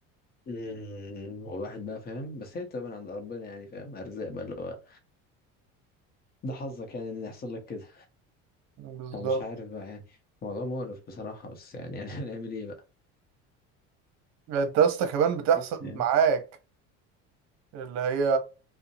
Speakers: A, on the left; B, on the right.
A: امم والواحد بقى فاهم بس هي بتبقى من عند ربنا يعني فاهم ارزاق بقى اللي هو ده حظك يعني ان يحصل لك كده
B: بالظبط
A: فمش عارف بقى يعني موضوع مقرف بصراحة بس يعني <laughs> يعني هنعمل ايه بقى
B: يعني انت يا اسطى كمان بتحصل
A: بس
B: معاك
A: يعني
B: اللي هي